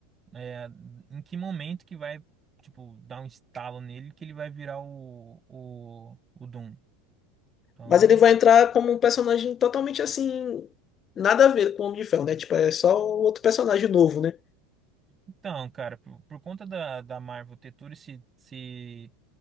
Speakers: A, on the right; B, on the left.
A: é, em que momento que vai, tipo, dar um estalo nele que ele vai virar o, o, o Doom? Então,
B: Mas ele vai entrar como um personagem totalmente assim, nada a ver com o Homem de Ferro, né? Tipo, é só outro personagem novo, né?
A: então, cara, por, por conta da, da Marvel ter todo esse, esse,